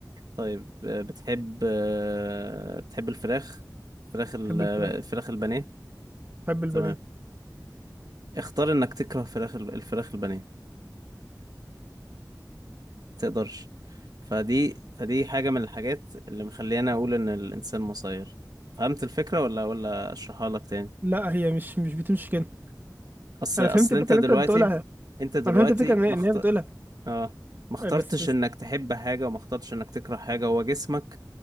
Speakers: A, on the right; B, on the right.
A: طيب آه، بتحب آه، بتحب الفراخ فراخ ال-
B: بحب
A: الفراخ
B: الفراخ
A: البانيه
B: بحب البانيه
A: تمام اختار انك تكره فراخ ال- الفراخ البانيه تقدرش فدي فدي حاجة من الحاجات اللي مخلينا اقول ان الانسان مسير فهمت الفكرة ولا ولا اشرحها لك تاني
B: لا هي مش مش بتمشي كده
A: اصل
B: انا
A: اصل
B: فهمت الفكرة
A: انت دلوقتي
B: اللي انت بتقولها
A: انت دلوقتي
B: انا فهمت الفكرة ان
A: ما
B: إن
A: مخت...
B: هي بتقولها
A: اه ما اخترتش
B: إيه بس بس
A: انك تحب حاجة وما اخترتش انك تكره حاجة هو جسمك